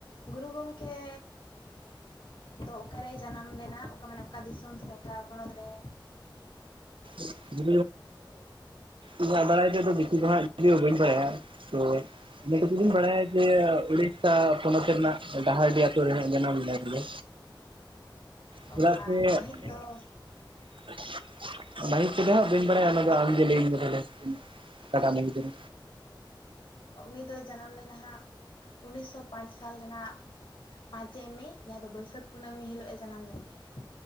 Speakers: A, on the left; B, on the right.
A: ᱜᱩᱨᱩ ᱜᱚᱢᱠᱮ ᱫᱚ ᱚᱠᱟᱨᱮᱭ ᱡᱟᱱᱟᱢ ᱞᱮᱱᱟ? ᱚᱠᱟ ᱢᱟᱱᱮ ᱚᱠᱟ ᱫᱤᱥᱚᱢ ᱥᱮ ᱚᱠᱟ ᱯᱚᱱᱚᱛ ᱨᱮ?
B: <unintelligible> ᱫᱚ ᱤᱧᱟᱹᱜ ᱵᱟᱲᱟᱭ ᱛᱮᱫᱚ ᱵᱮᱥᱤ ᱫᱚᱦᱟᱜ ᱡᱩᱫᱤᱣ ᱵᱟᱹᱧ ᱵᱟᱲᱟᱭᱟ ᱛᱚ ᱤᱱᱟ ᱴᱩᱠᱩᱜᱤᱧ ᱵᱟᱲᱟᱭᱟ ᱡᱮ ᱩᱲᱤᱥᱥᱟ ᱯᱚᱱᱚᱛ ᱨᱮᱱᱟᱜ ᱰᱟᱦᱟᱨᱰᱤ ᱟᱹᱛᱩᱳ ᱨᱮ ᱦᱟᱸᱜ ᱡᱟᱱᱟᱢ ᱞᱮᱱᱲᱩ ᱵᱚᱞᱮ᱾ ᱪᱮᱫᱟ
A: ᱚ
B: ᱥᱮ
A: ᱟᱨ ᱢᱟᱹᱦᱤᱛ
B: ᱟᱞᱮ
A: ᱫᱚ
B: <inaudible> ᱢᱟᱹᱦᱤᱛ ᱠᱚᱫᱚ ᱦᱟᱸᱜ ᱵᱟᱹᱧ ᱵᱟᱲᱟᱭᱟ ᱚᱱᱟ ᱫᱚ ᱟᱢᱜᱮ ᱞᱟᱹᱭᱟᱹᱧ ᱢᱮ ᱛᱟᱦᱚᱞᱮ ᱚᱠᱟᱴᱟᱜ ᱢᱟᱹᱦᱤᱛ ᱨᱮ?
A: ᱚ ᱩᱱᱤ ᱫᱚᱭ ᱡᱟᱱᱟᱢ ᱞᱮᱱᱟ ᱦᱟᱸᱜ ᱩᱱᱤᱥᱥᱚ ᱯᱟᱸᱪ ᱥᱟᱞ ᱨᱮᱱᱟᱜ ᱯᱟᱸᱪᱮᱭ ᱢᱮ ᱡᱟᱦᱟᱸ ᱫᱚ ᱵᱟᱹᱭᱥᱟᱹᱠᱷ ᱠᱩᱱᱟᱹᱢᱤ ᱦᱤᱞᱳᱜ ᱮ ᱡᱟᱱᱟᱢ ᱞᱮᱱ ᱛᱟᱦᱮᱸ-ᱟ᱾